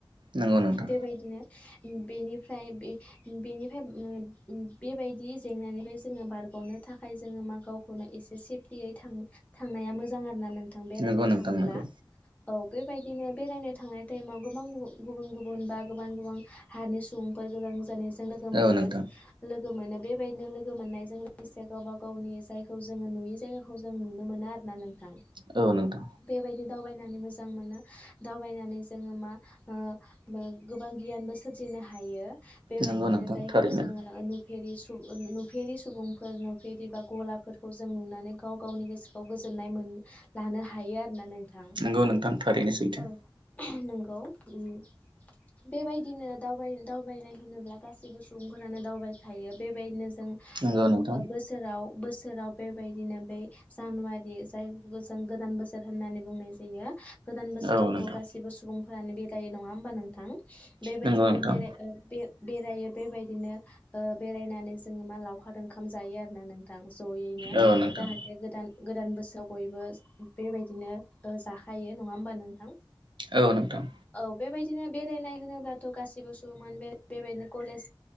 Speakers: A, on the right (about 65°); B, on the left (about 15°).
A: नंगौ नोंथां
B: बेबायदिनो बेनिफ्राय बे बेनिफ्राय बेबायदि जेंनानिफ्राय जोङो बारग'नो थाखाय जोङो मा गावखौनो एसे सेफटियै थां थांनाया मोजां जां आरो ना नों थां बेरायनो
A: नंगौ नोंथां
B: थाङोब्ला
A: नंगौ
B: औ बेबायदिनो बेरायनो थांनाय टाइमाव गोबां गुबुन गुबुन बा गोबां गोबां हारनि सुबुंफोर गोजान गोजान लोगो मोनगोन
A: औ नोंथां
B: लो गो मोनो बेबायदिनो लोगो मोननायजों लोगोसे गावबा गावनि जायखौ जोङो नुयि जायगाखौ जों नुनो मोनो आरोना नों थां
A: औ नोंथां
B: बेबाय दावबायनानै मोजां मोनो दावबायनानै जोङो मा ओ मो गोबां गियानबो सोरजिनो हायो बेबायदिनो
A: नंगौ नोंथां
B: जायखौ
A: थारैनो
B: जोङो नु फेरिसु नुफेरि सुबुंफोर नुफेरि बा गलाफोरखौ जों नुनानै गाव गावनि गोसोखौ गोजोन्नाय मोनो <inaudible> लानो हायो आरोना नोंथां
A: नंगौ नोंथां थारैनो सैथो
B: औ नंगौ उम बेबायदिनो दावबाय दावबायनाय होनोब्ला गासैबो सुबुंफोरानो दावबायखायो बेबायदिनो जों
A: नंगौ
B: ओ
A: नोंथां
B: बो बोसोराव बोसोराव बेबायदिनो बे जानुवारि जाय जों गोदान बोसोर होननानै बुंनाय जायो गोदान बोसोरावथ
A: औ नोंथां
B: गासिबो सुबुं <unintelligible> बेदायो नङा होमबा नोंथां बेबायदिनो
A: नंगौ नोंथां
B: बेराय ओ बे बेरायो बेबायदिनो बेरायनानै जोंङो मा लावखार ओंखाम जायो आरोना नोंथां जहैनो
A: औ नोंथां
B: जाहाथे गोदान गोदान बोसोर बयबो बेबायदिनो जाखायो नंङा होमबा नोंथां
A: औ नोंथां
B: औ बेबायदिनो बेरायनाय होनोब्लाथ गासिबो सुबुंङानो बे बेबायदिनो कलेज